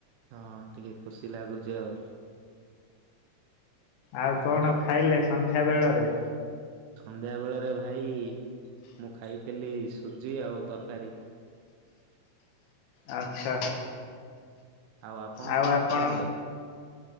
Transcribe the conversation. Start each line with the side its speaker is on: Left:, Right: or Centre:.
Right: ହଁ ଟିକେ ଖୁସି ଲାଗୁଛି ଆଉ।
Left: ଆଉ
Right: ଥଣ୍ଡା
Left: କଣ ଖାଇଲେ ସନ୍ଧ୍ୟାବେଳରେ?
Right: ସନ୍ଧ୍ୟାବେଳରେ ଭାଇ ମୁଁ ଖାଇଥିଲି ସୁଜି ଆଉ ତରକାରୀ।
Left: ଆଛା
Right: ଆଉ ଆପଣ
Left: ଆଉ
Right: କଣ
Left: ଆପଣ
Right: ଖାଇଲେ?